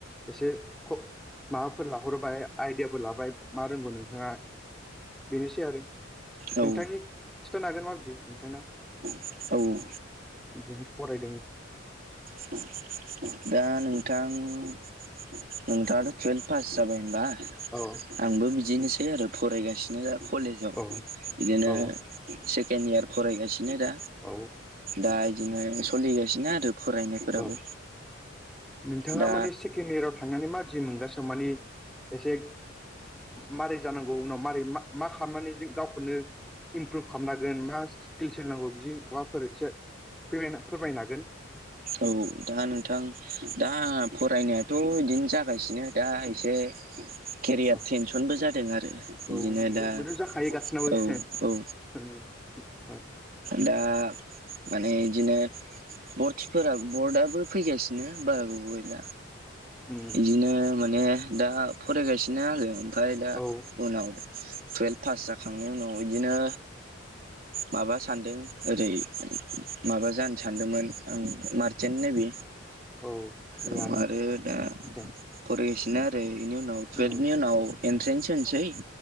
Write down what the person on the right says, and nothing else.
औ
औ
<inaudible> दा नोंथां नोंथाङाथ' टुवेल्भ पास जाबाय होनबा
आंबो बिदिनोसै आरो फरायगासिनो दा कलेजाव
बिदिनो
सेकेड इयार फरायगासिनो दा
दा इदिनो सलिगासिनो आरो फरायनायफोराबो
दा
औ दा नोंथां दा फरायनायाथ' इदिनो जागासिनो दा एसे <inaudible> केरियार
टेनसनबो जादों आरो बिदिनो
दा
औ औ
दा माने इदिनो खाफोरा बर्डआबो फैगासिनो बारा गोबाव गैला
इदिनो माने दा फरायगासिनो आरो ओमफ्राय दा
उनाव टुवेल्भ पास जाखांनायनि उनाव इदिनो माबा सानदों ओरै माबा जानो सानदोंमोन आं मारसेन्ट नेबि
औ आरो दा
फरायगासिनो आरो इनि उनाव टुयेल्भनि
उनाव एन्ट्रेन्स होनोसै